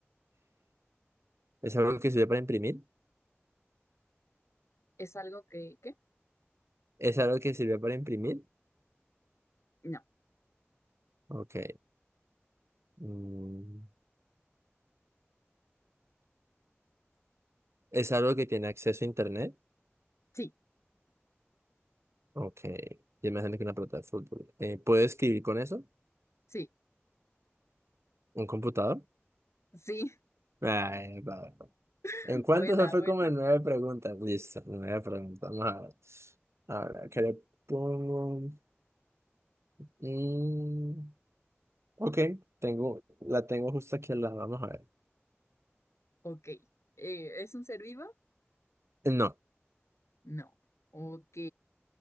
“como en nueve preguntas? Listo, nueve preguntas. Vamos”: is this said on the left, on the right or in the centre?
Right